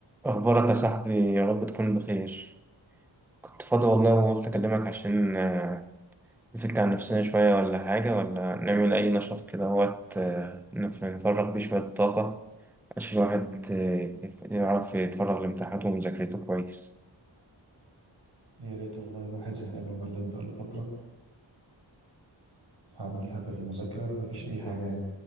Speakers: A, in the centre; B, on the right (about 60°).
A: أخبارك يا صاحبي يا رب تكون بخير كنت فاضي والله وقلت أكلمك عشان آه، نفك عن نفسنا شوية ولا حاجة ولا نعمل أي نشاط كده وقت نفرغ بيه شوية طاقة عشان الواحد آه، يعرف يتفرغ لامتحاناته ومذاكرته كويس
B: يا ريت والله الواحد زهقان وملان بقاله فترة هعملها غير المذاكرة مفيش أي حاجة يعني